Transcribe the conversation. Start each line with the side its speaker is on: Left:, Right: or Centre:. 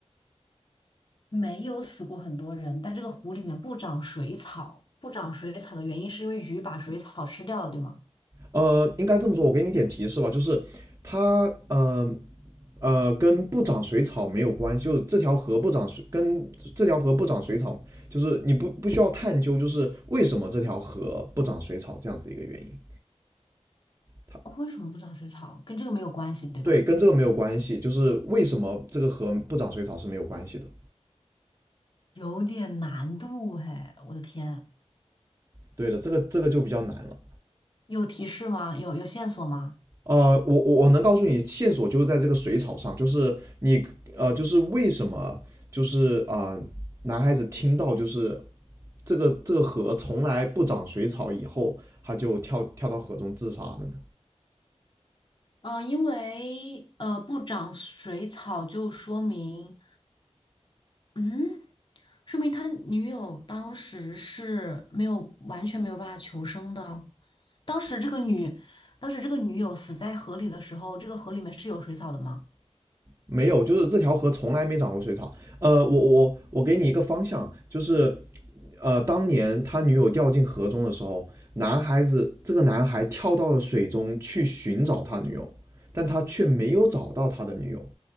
Left: 没有死过很多人，但这个湖里面不长水草，不长水草的原因是因为鱼把水草吃掉了，对吗？
Right: 呃，应该这么说，我给你点提示吧，就是它，呃呃，跟不长水草没有关系，就是这条河不长水，跟这条河不长水草，就是你不不需要探究，就是为什么这条河不长水草这样子的一个原因。它
Left: 哦为什么不长水草？跟这个没有关系，对吧？
Right: 对，跟这个没有关系，就是为什么这个河不长水草是没有关系的。
Left: 有点难度哎，我的天，
Right: 对的，这个这个就比较难了。
Left: 有提示吗？有有线索吗？
Right: 呃，我我我能告诉你线索就是在这个水草上，就是你呃，就是为什么就是啊、呃男孩子听到就是这个这个河从来不长水草以后，他就跳跳到河中自杀了呢？
Left: 嗯，因为呃不长水草就说明，嗯，说明他的女友当时是没有完全没有办法求生的。当时这个女，当时这个女友死在河里的时候，这个河里面是有水草的吗？
Right: 没有，就是这条河从来没长过水草。呃，我我我给你一个方向，就是呃，当年他女友掉进河中的时候，男孩子这个男孩跳到了水中去寻找他女友，但他却没有找到他的女友。